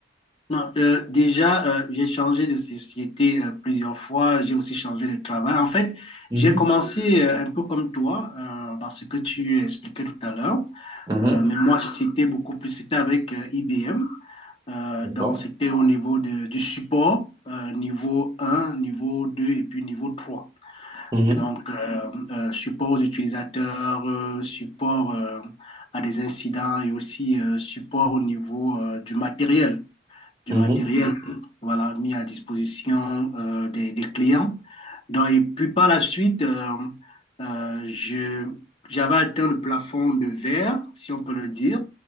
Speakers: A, on the left; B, on the right.
A: Non, euh, déjà, euh, j'ai changé de société euh, plusieurs fois. J'ai aussi changé de travail. En fait,
B: Mhm.
A: j'ai commencé euh, un peu comme toi, euh, dans ce que tu expliquais tout à l'heure.
B: Mhm.
A: Euh, mais moi, c'était beaucoup plus, c'était avec euh, IBM. Euh,
B: D'accord.
A: donc, c'était au niveau de- du support, euh, niveau un niveau 2 et puis niveau trois
B: Mhm.
A: Donc, euh, euh, support aux utilisateurs, euh, support euh, à des incidents et aussi euh, support au niveau euh, du matériel du
B: Mhm.
A: matériel voilà, mis à disposition euh, des, des, clients. Donc, et puis par la suite, euh, euh, je, j'avais atteint le plafond de verre, si on peut le dire,